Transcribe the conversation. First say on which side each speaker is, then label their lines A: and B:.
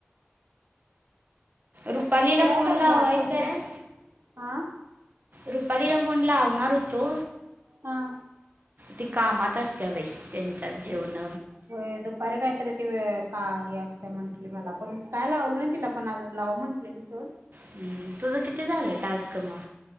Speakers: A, on the right; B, on the right.
A: रुपालीला
B: फिराय
A: फोन
B: पाहिजे
A: लावायचं
B: आता जी हा
A: रुपालीला फोन लावणार होतो
B: हा
A: ती कामात असत्या बाई त्यांच्यात जेवण
B: होय दुपारी कायतरी ते का हे असते म्हंटली मला पण काय लावलं नाही तिला पण अजून लाव म्हणटल्यायली सोड
A: हम् तुझं किती झालं टास्क मग